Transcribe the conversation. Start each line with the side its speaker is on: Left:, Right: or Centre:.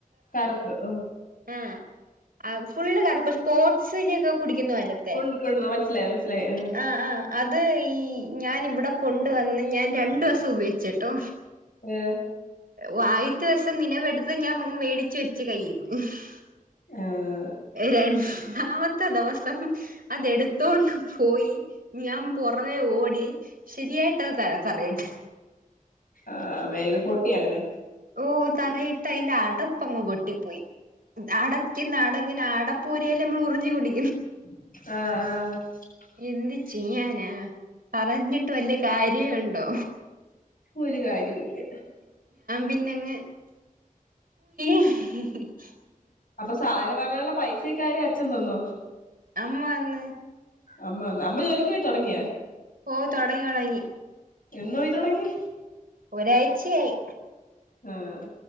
Left: തരക്ക് ഓ
Right: ആ ആ ഫുള്ള് കറപ്പ് സ്പോർട്സിനൊക്കെ കുടിക്കുന്ന പോലത്തെ
Left: മൊണ്ടികൊണ്ട് വന്ന് മനസ്സിലായി മനസ്സിലായി ആ
Right: ആഹ് ആഹ് അത് ഈ ഞാൻ ഇവിടെ കൊണ്ട്‌ വന്ന് ഞാൻ രണ്ടു ദിവസം ഉപയോഗിച്ചിട്ടോ
Left: ഉം
Right: ഓ ആയിത്തെ ദിവസം നിനവെടുത്ത് ഞാൻ ങ്ങ് വേടിച്ച് വെച്ച് കൈൽ മുഫ്
Left: ഏഹ്
Right: രണ്ടാമ ത്ത ദിവസം അത് എടുത്തോണ്ട് പോയി ഞാൻ പുറവേ ഓടി ശരിയായിട്ടത് തല തറയിട്ട്
Left: ആഹ വേഗം പൊട്ടി അങ്ങനെ
Right: ഓ തറയിട്ട് അതിന്റെ അടപ്പങ്ങ് പൊട്ടിപ്പോയി അടയ്ക്കുന്ന അടങ്ങിന് അട പൂര്യൽ നമ്മൾ ഉറിഞ്ചി കുടി
Left: ആഹ ആഹ
Right: എന്ത് ചെയ്യാനാ പറഞ്ഞിട്ട് വലിയ കാര്യയുണ്ടോ
Left: ഒരു കാര്യവില്ല
Right: പിന്നങ് അങ്ങ് <unintelligible>
Left: അപ്പൊ സാരി വാങ്ങാനുള്ള പൈസയൊക്കെ ആര് അച്ഛൻ തന്നോ
Right: അമ്മ തന്ന്
Left: അമ്മ അമ്മ ജോലിക്ക് പോയി തൊടങ്ങിയാ
Right: ഓ തൊടങ്ങി തൊടങ്ങി
Left: എന്ന് പോയി തുടങ്ങി
Right: ഒരാഴ്ചയായി
Left: ആഹ